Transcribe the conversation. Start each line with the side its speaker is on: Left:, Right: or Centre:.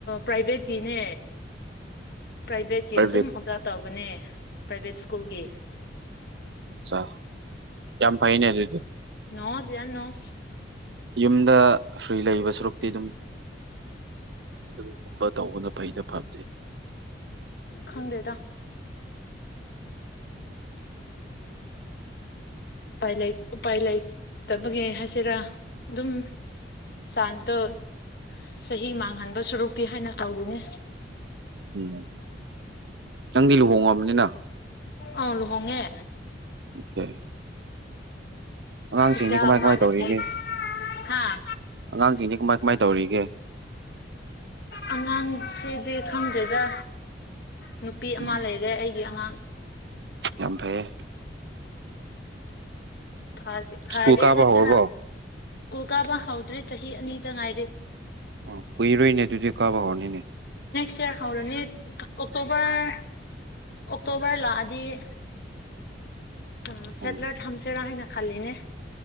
Left: ꯄ꯭ꯔꯥꯏꯚꯦꯠꯀꯤꯅꯦ ꯄ꯭ꯔꯥꯏꯚꯦꯠꯀꯤ
Right: ꯄ꯭ꯔꯥꯏꯚꯦꯠ
Left: ꯑꯗꯨꯝ ꯑꯣꯖꯥ ꯇꯧꯕꯅꯦ ꯄ꯭ꯔꯥꯏꯚꯦꯠ ꯁ꯭ꯀꯨꯜꯒꯤ
Right: ꯑꯆꯥ ꯌꯥꯝꯃ ꯐꯥꯏꯅꯦ ꯑꯗꯨꯗꯤ
Left: ꯅ <unintelligible>
Right: ꯌꯨꯝꯗ ꯐ꯭ꯔꯤ ꯂꯩꯕ ꯁꯔꯨꯛꯇꯤ ꯑꯗꯨꯝ ꯑꯗꯨꯒꯨꯝꯕ ꯇꯧꯕꯅ ꯐꯩꯗ ꯐꯕꯗꯤ
Left: ꯈꯪꯗꯦꯗ ꯎꯄꯥꯏ ꯎꯄꯥꯏ ꯂꯩꯇꯕꯒ ꯍꯥꯏꯁꯤꯔꯥ ꯑꯗꯨꯝ ꯆꯥꯟꯁꯇꯣ ꯆꯍꯤ ꯃꯥꯡꯍꯟꯕ ꯁꯨꯔꯨꯛꯇꯤ ꯍꯥꯏꯅ ꯇꯧꯕꯅꯦ
Right: ꯎꯝ ꯅꯪꯗꯤ ꯂꯨꯍꯣꯡꯉꯕꯅꯤꯅ
Left: ꯑꯥꯎ ꯂꯨꯍꯣꯡꯉꯦ
Right: ꯑꯣꯀꯦ ꯑꯉꯥꯡꯁꯤꯡꯗꯤ
Left: ꯏꯆꯥ
Right: ꯀꯃꯥꯏ
Left: ꯑꯃ
Right: ꯀꯃꯥꯏ
Left: ꯂꯩꯔꯦ
Right: ꯇꯧꯔꯤꯒꯦ
Left: ꯍꯥꯥ
Right: ꯑꯉꯥꯡꯁꯤꯡꯗꯤ ꯀꯃꯥꯏ ꯀꯃꯥꯏ ꯇꯧꯔꯤꯒꯦ
Left: ꯑꯉꯥꯡꯁꯤꯗꯤ ꯈꯪꯗꯦꯗ ꯅꯨꯄꯤ
Right: ꯎꯝ
Left: ꯑꯃ ꯂꯩꯔꯦ ꯑꯩꯒꯤ ꯑꯉꯥꯡ
Right: ꯌꯥꯝ ꯐꯩꯌꯦ
Left: ꯐꯥꯖ ꯐꯥꯖꯦ
Right: ꯁ꯭ꯀꯨꯜ ꯀꯥꯕ
Left: ꯍꯥꯏꯁꯤꯔ
Right: ꯍꯧꯔꯕꯣ
Left: ꯁ꯭ꯀꯨꯜ ꯀꯥꯕ ꯍꯧꯗ꯭ꯔꯤ ꯆꯍꯤ ꯑꯅꯤꯗ ꯉꯥꯏꯔꯤ
Right: ꯑꯣ ꯀꯨꯏꯔꯣꯏꯅꯦ ꯑꯗꯨꯗꯤ ꯀꯥꯕ ꯍꯧꯔꯅꯤꯅꯦ
Left: ꯆꯠ ꯍꯧꯔꯅꯤ ꯑꯣꯛꯇꯣꯕꯔ ꯑꯣꯛꯇꯣꯕꯔ ꯂꯥꯛꯑꯗꯤ ꯑ ꯁꯦꯇꯂꯥꯏꯠ
Right: ꯎꯝ
Left: <unintelligible> ꯍꯝꯁꯤꯔꯥ ꯍꯥꯏꯅ ꯈꯂꯤꯅꯦ